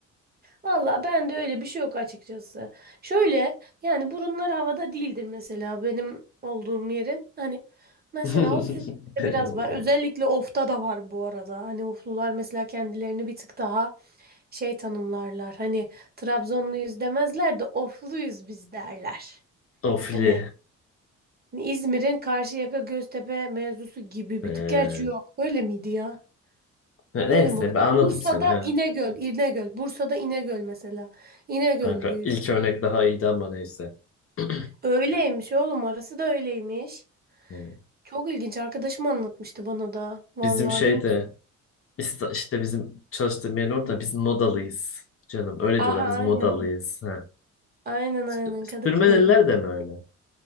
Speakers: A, on the right (about 30°); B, on the left (about 45°).
A: Valla ben de öyle bir şey yok açıkçası. Şöyle yani burunlar havada değildir mesela benim olduğum yerin. Hani mesela
B: <laughs>
A: o sütlerde
B: Benim
A: biraz
B: olduğunu.
A: var. Özellikle ofta da var bu arada. Hani oflular mesela kendilerini bir tık daha şey tanımlarlar. Hani Trabzonluyuz demezler de ofluyuz biz derler.
B: Ofli.
A: Hani İzmir'in Karşıyaka Göztepe mevzusu gibi
B: He.
A: bir tık. Gerçi yok. Öyle miydi ya?
B: Ne-
A: Öyle
B: Neyse
A: mi olur?
B: ben anladım
A: Bursa'da
B: seni. Heh.
A: İnegöl, İnegöl. Bursa'da İnegöl mesela. İnegöllüyüz.
B: Kanka ilk örnek daha iyiydi ama neyse. <clears throat>
A: Öyleymiş oğlum orası da öyleymiş.
B: Ee,
A: Çok ilginç arkadaşım anlatmıştı bana da. Vallahi
B: Bizim şeyde
A: demiş.
B: İsta- işte bizim çalıştığım yerin orada biz modalıyız. Canım öyle
A: Aha
B: diyorlar biz
A: aynen.
B: modalıyız. Ha.
A: Aynen
B: Sü-
A: aynen Kadıköylüyüz.
B: Sürmeneliler de mi öyle?